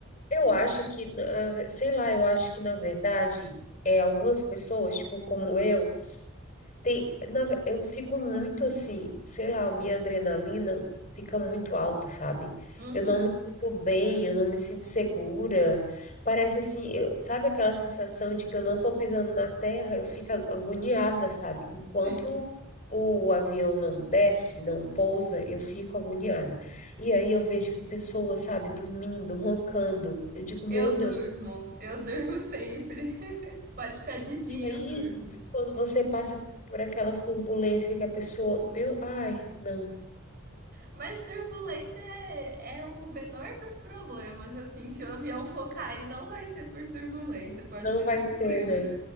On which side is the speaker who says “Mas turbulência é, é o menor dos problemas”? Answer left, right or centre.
Right